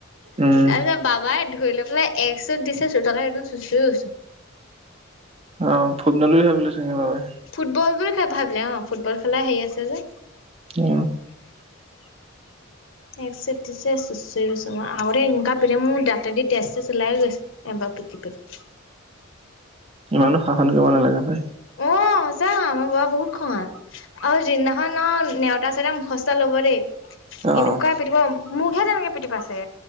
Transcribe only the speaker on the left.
তাৰপিছত বাবাই ধৰি লৈ পেলাই এক চুত দিছে, চোতালত একদম চুচুুৰি গৈছো।
ফুটবল বুলি খে ভাবিলে অ ফুটবল খেলাৰ হেৰি আছে যে।
<inaudible> এক চুত দিছে চুচৰি গৈছো মই। আগতে এনেকুৱা প্ৰে মোৰ দাঁতে দি তেজ থেজ ওলাই গৈছে। এবাৰ পিটি <unintelligible>
অ সঁচা আমাৰ বাবা বহুত খঙাল। আৰু যিদিনাখন ন নেওতা চেওতা মুখস্ ল'ব দেই!
এনেকুৱা পিতিব মোকহে তেনেকে পিটি পাইছে